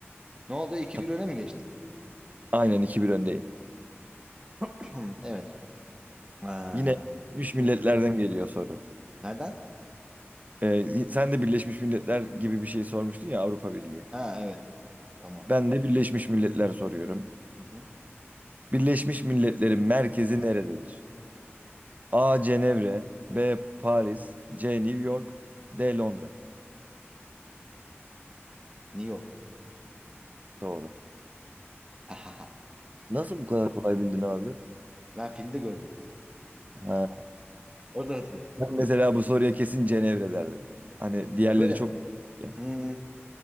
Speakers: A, on the right; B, on the right.
A: Ne oldu iki
B: Ta-
A: bir öne mi geçtin?
B: Aynen iki bir öndeyim.
A: <clears throat> Evet. Ha.
B: Yine Birleşmiş Milletler'den
A: Hı.
B: geliyor soru.
A: Nereden?
B: Ee, sen de Birleşmiş Milletler gibi bir şey sormuştun ya Avrupa Birliği.
A: Ha evet. Tamam.
B: Ben de Birleşmiş Milletler soruyorum.
A: Hı hı.
B: Birleşmiş Milletler'in merkezi nerededir? A. Cenevre B. Paris C. New York D. Londra
A: New York. <laughs>
B: Doğru.
A: Ha,
B: Nasıl bu kadar kolay bildin abi?
A: Ben filmde gördüm ya.
B: Ha.
A: Oradan hatırlıyorum.
B: Ben mesela bu soruya kesin Cenevre derdim. Hani diğerleri
A: Böyle.
B: çok... Ya.
A: Hı.